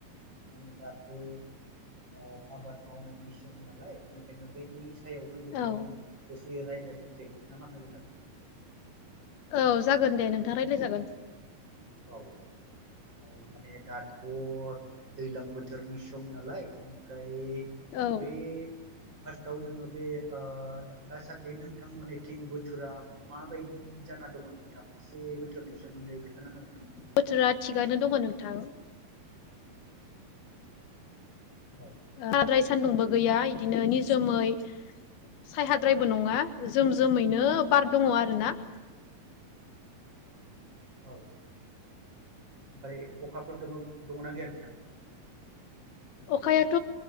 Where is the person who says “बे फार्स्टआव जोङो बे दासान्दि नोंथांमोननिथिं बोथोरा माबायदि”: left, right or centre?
Right